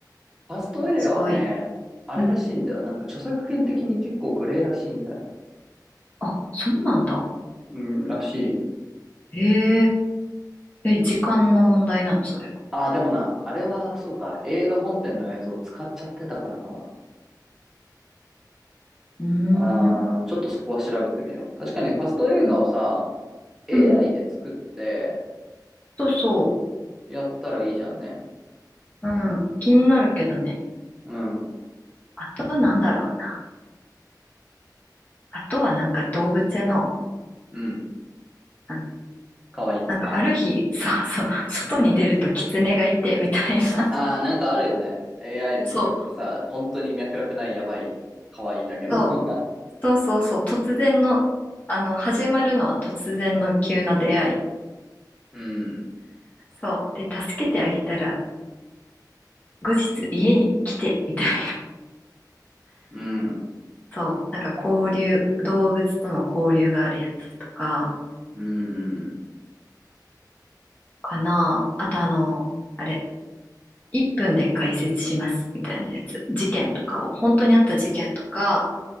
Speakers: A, in the centre; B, on the left.
A: ファスト映画はね、
B: すごい。
A: あれらしいんだよ。
B: うん。
A: なんか著作権的に結構グレーらしいんだよ。
B: あ、そうなんだ。
A: うん、らしい。
B: へえ。え、時間の問題なの、それは。
A: あー、でもな、あれはそうか、映画本編の映像使っちゃってたからかもな。
B: うー
A: あー、
B: ん。
A: ちょっとそこは調べてみよう。確かにファスト映画をさ、
B: うん。
A: AI
B: うん
A: で作って
B: そうそ
A: やったらいいじゃんね。
B: う。うん。気になるけどね。
A: うん、
B: あとなんだろうな。あとはなんか動物園の、
A: うん、
B: あの、
A: かわいいやつね。
B: なんかある日、そうそう、外に出ると狐がいて、
A: <laughs> うん
B: みたいな。<laughs>
A: ああ、なんかあるよね。AI で作ったさ、
B: そう、
A: 本当に脈絡ないやばい、可愛いだけの。
B: そう、
A: <laughs>
B: そうそうそう、突然の、あの、始まるのは突然の急な出会い。
A: うん、
B: そう。で、助けてあげたら、後日家に来て、みたいな。
A: うん、
B: そう。なんか交流、動物との交流があるやつとか、
A: うん、うん、
B: かな。あとあの、あれ、1分で解説します、みたいなやつ。事件とかを、本当にあった事件とか